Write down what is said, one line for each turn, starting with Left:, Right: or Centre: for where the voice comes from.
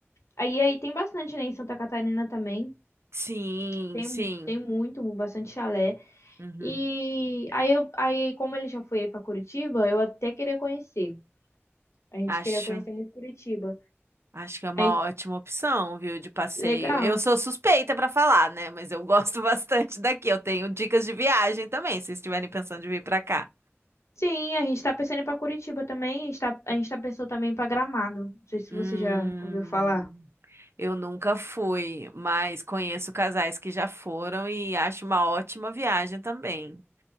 Left: Aí, aí tem bastante, né, em Santa Catarina também,
Right: Sim,
Left: tem,
Right: sim.
Left: mu- tem muito, bastante chalé.
Right: Uhum.
Left: E aí, eu, aí, como ele já foi aí pra Curitiba, eu até queria conhecer. A gente
Right: Acho,
Left: queria conhecer muito Curitiba.
Right: acho que é uma
Left: Aí,
Right: ótima opção, viu, de passeio.
Left: legal.
Right: Eu sou suspeita pra falar, né? Mas eu gosto <laughs> bastante daqui. Eu tenho dicas de viagem também, se estiverem pensando de vir pra cá.
Left: Sim, a gente tá pensando em ir pra Curitiba também. A gente tá, a gente tá pensando também em ir pra Gramado. Não sei se
Right: Hum.
Left: você já ouviu falar.
Right: Eu nunca fui, mas conheço casais que já foram e acho uma ótima viagem também.